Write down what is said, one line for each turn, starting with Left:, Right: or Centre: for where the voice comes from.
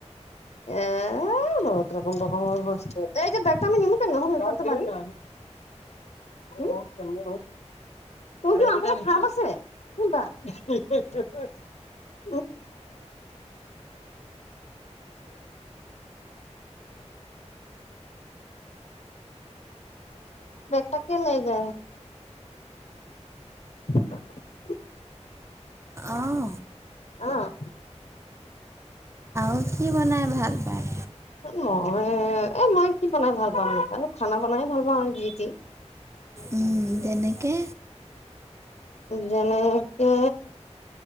Left: এ--বহুত ৰকম ৰকৰ বস্তু, এই যে বেগটো আমি নিমটে <unintelligible> পাৰি। <inaudible> ঐটো আমটে <unintelligible> আছে? কোনটা? <unintelligible> <inaudible> <inaudible> তাকে লে <unintelligible> <inaudible>
Right: আহ
Left: অ'।
Right: মো, কি বনাই ভাল পায়?
Left: মই এ মই কি বনাই ভাল পাম। খানা বনাইে ভাল পাওঁ আৰু যি-টি।
Right: উম। তেনেকে।
Left: যেনেকে